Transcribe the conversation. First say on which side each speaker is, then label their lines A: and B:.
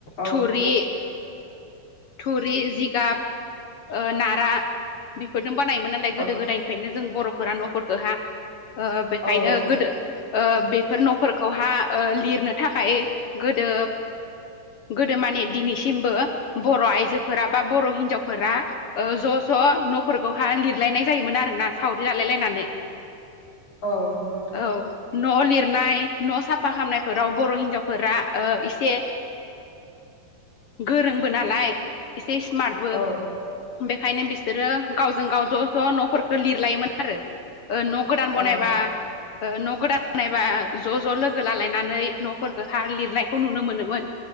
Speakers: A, on the left (about 45°); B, on the left (about 75°).
A: औ
B: थुरि थुरि जिगाब नारा बेफोरजों बानायोमोन नालाय
A: औ
B: गोदो गोदायनिफ्रायनो जों बर'फोरा न'फोरखौहा बेखायनो
A: औ औ
B: गोदो बेफोर न'फोरखौहा लिरनो थाखाय गोदो गोदो मानि दिनैसिमबो बर' आइजोफोरा बा बर' हिनजाव फोरा ज' ज' न'फोरखौहाय लिरलायनाय जायोमोन आरोना सावरि लालायलायनानै
A: औ नंगौ नोंथां
B: औ। न' लिरनाय न' साफा खालामामनायफोराव बर' हिनजावफोरा एसे गोरोंबो नालाय एसे स्मार्टबो
A: औ
B: बेखायनो बिसोरो गावजों गाव ज' ज' न'फोरखौ लिरलायोमोन आरो गोदान बानायबा
A: औ
B: न' गोदान बानायबा ज' ज' लोगो लालायनानै न'फोरखौ हा लिरनायखौ नुनो मोनोमोन।